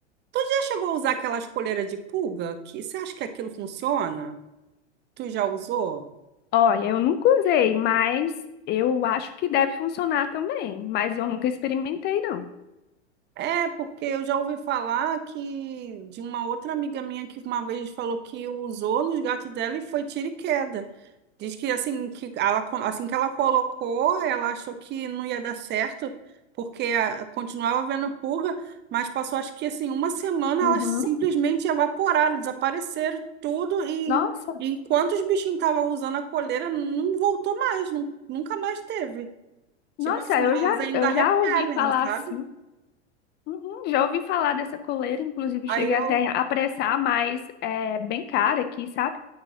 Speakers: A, on the right (about 30°); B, on the left (about 30°).
A: Tu já chegou a usar aquelas coleiras de pulga? Que, você acha que aquilo funciona? Tu já usou?
B: Olha, eu nunca usei, mas eu acho que deve funcionar também. Mas eu nunca experimentei, não.
A: É, porque eu já ouvi falar que de uma outra amiga minha que uma vez falou que usou nos gatos dela e foi tiro e queda. Diz que assim que ela, co- assim que ela colocou, ela achou que não ia dar certo, porque ah, continuava vendo pulga, mas passou acho que assim uma semana
B: Uhum.
A: elas simplesmente evaporaram, desapareceram tudo e
B: Nossa,
A: e enquanto os bichinhos estavam usando a coleira, não voltou mais, nun- nunca mais teve. Tipo
B: nossa,
A: assim,
B: eu
A: elas
B: já,
A: ainda
B: eu
A: repelem,
B: já ouvi falar
A: sabe?
B: assim. Uhum, já ouvi falar dessa coleira, inclusive
A: Aí
B: cheguei
A: eu,
B: até a apressar, mas é bem cara aqui, sabe?